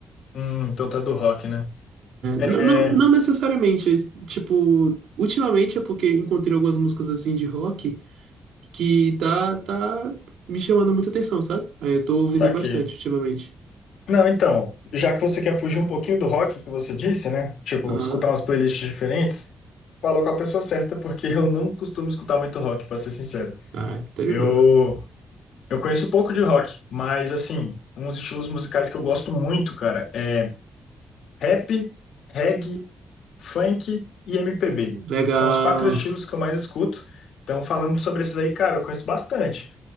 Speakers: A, on the left; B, on the right.
A: Hum, então tá do rock, né? É,
B: Não, não, não necessariamente. Tipo, ultimamente é porque encontrei algumas músicas assim de rock. que tá, tá me chamando muita atenção, sabe? Aí eu tô ouvindo
A: saquei.
B: bastante ultimamente.
A: Não, então, já que você quer fugir um pouquinho do rock que você disse, né? Tipo,
B: Aham.
A: escutar umas playlists diferentes, falou com a pessoa certa, porque eu não costumo escutar muito rock, pra ser sincero.
B: Ah, tá de
A: Eu,
B: boa.
A: eu conheço pouco de rock, mas assim, uns estilos musicais que eu gosto muito, cara, é Rap, reggae, funk e MPB.
B: Legal.
A: São os quatro estilos que eu mais escuto. Então, falando sobre esses aí, cara, eu conheço bastante.